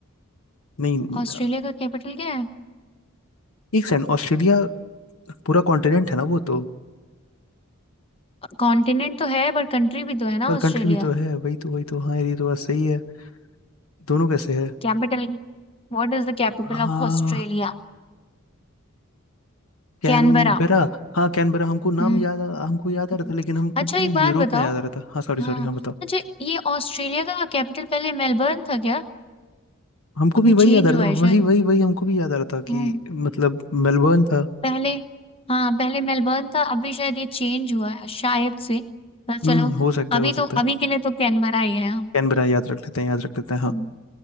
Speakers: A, on the left (about 70°); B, on the left (about 25°).
A: नहीं
B: ऑस्ट्रेलिया
A: अ,
B: का कैपिटल क्या है
A: एक सेकंड ऑस्ट्रेलिया पूरा कॉन्टिनेंट है ना वो तो
B: कॉन्टिनेंट तो है बट कंट्री भी तो है ना
A: पर
B: Australia
A: कंट्री भी तो है वही तो वही तो हाँ ये तो बात सही है दोनों कैसे है
B: Capital What is the capital
A: हाँ
B: of Australia
A: कैनबेरा
B: Canberra
A: हाँ कैनबेरा हमको नाम
B: हम्म
A: याद आ- हमको याद आ रहा
B: हम्म।
A: था लेकिन हमको
B: अच्छा
A: पता
B: एक
A: नहीं
B: बात
A: यूरोप
B: बताओ
A: में याद आ रहा था हाँ सॉरी
B: हाँ
A: सॉरी हाँ बताओ
B: अच्छा ये ऑस्ट्रेलिया का कैपिटल पहले मेलबर्न था क्या
A: हमको
B: अभी
A: भी वही
B: चेंज
A: याद आ रहा
B: हुआ
A: था
B: है शायद
A: वही वही वही हमको भी याद आ रहा था कि
B: हम्म
A: मतलब मेलबर्न था
B: पहले हाँ पहले मेलबर्न था अभी शायद ये चेंज हुआ है शायद से पर चलो
A: हम्म हो सकता
B: अभी
A: है हो सकता
B: तो अभी
A: है
B: के लिए तो कैनबरा ही है हम
A: कैनबेरा याद रख लेते हैं याद रख लेते हैं हाँ
B: हम्म,